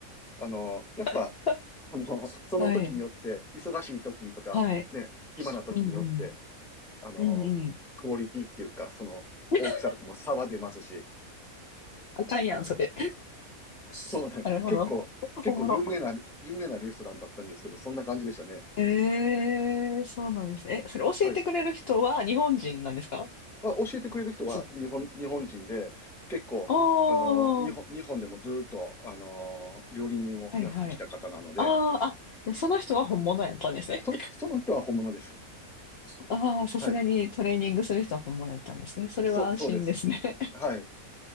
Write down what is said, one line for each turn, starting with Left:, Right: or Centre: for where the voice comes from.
Centre: あのーやっぱ、
Left: <laughs>
Centre: あのーその時によって、
Left: はい、
Centre: 忙しい時とか、
Left: はい。
Centre: ね、暇な時によって、
Left: うんうん。
Centre: あのークオリティっていうか、
Left: うんうん。
Centre: その大きさとかも差は出ますし、
Left: <laughs> あかんやん、それ。
Centre: そうね、
Left: <laughs> なるほど。
Centre: 結構、結構有名な、
Left: おもろ。
Centre: 有名なレストランだったんですけど、そんな感じでしたね。
Left: ええそうなんですね。え、それ教えてくれる人は日本人なんですか
Centre: はい。あ、教えてくれる人は日本、
Left: す、
Centre: 日本人で、結構、
Left: ああ、
Centre: あの、日本、
Left: は
Centre: 日本でもずっと、あの、料理人をやってきた方なので、
Left: いはい。ああ、あ、その人は本物やったんですね。
Centre: その、その人は本物です。
Left: ああ、さすがにトレーニングする人は本物やったんですね。
Centre: はい。
Left: それは安心ですね。
Centre: そう、そうです。
Left: <laughs>
Centre: はい。